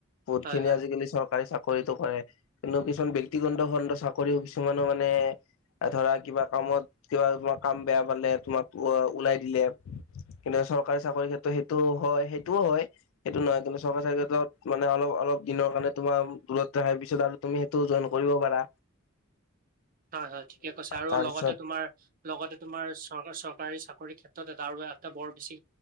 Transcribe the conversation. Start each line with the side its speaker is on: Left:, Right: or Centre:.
Left: বহুত
Right: হয়
Left: খিনি
Right: হয়।
Left: আজিকালি চৰকাৰী চাকৰি চৰিতো কৰে কিন্তু কিছুমান ব্যক্তিগত খণ্ড চাকৰিও কিছুমানো মানে ধৰা কিবা কামত কিবা কাম বেয়া পালে তোমাক ওলাই দিলে কিন্তু চৰকাৰী চাকৰি ক্ষেত্ৰত সেইটো হয় সেইটোও হয় সেইটো নহয় কিন্তু চৰকাৰী চাকৰি ক্ষেত্ৰত মানে অলপ অলপ দিনৰ কাৰণে তোমাৰ দূৰত ৰখাৰ পিছত আৰু তুমি সেইটো জইন কৰিব পাৰা
Right: হয় হয় ঠিকে কৈছে আৰু
Left: তাৰপিছত
Right: লগতে তোমাৰ লগতে তোমাৰ চৰকাৰ চৰ চৰকাৰী চাকৰি ক্ষেত্ৰত তাৰ এটা বৰ বেছি